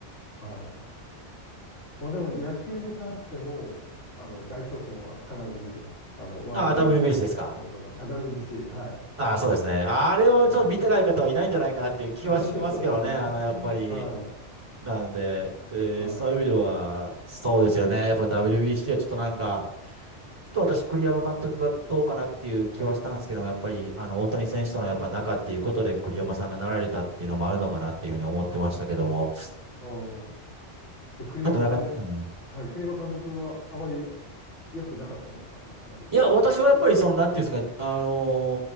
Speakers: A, on the left (about 85°); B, on the right (about 25°).
A: はい。まあ、でも野球に関しても、あの、代表戦は必ず見てます。あの、ワールドベースボールとか、
B: ああ、w b s ですか。
A: <laughs> あ WBC、はい。
B: ああ、そうですね。あれをちょっと見てない方はいないんじゃないかなっていう気はしますけどね。
A: うん <laughs> そうですね。
B: あの、やっぱり、
A: は
B: なので、えーそういう意味では、
A: い。はい。
B: そうですよね。やっぱ WBC はちょっとなんか、ちょっと私、栗山監督がどうかなっていう気はしたんですけども、
A: はい。
B: やっぱり、あの、大谷選手とのやっぱ仲っていうことで栗山さんがなられたっていうのもあるのかなっていうふうに思ってましたけども、
A: はい。
B: ち
A: おー栗山先
B: ょっとなんか、うん。
A: はい。栗山監督はあまり良くなかったんですかあんまり。
B: いや、私はやっぱりその、なんていうんですかね、あの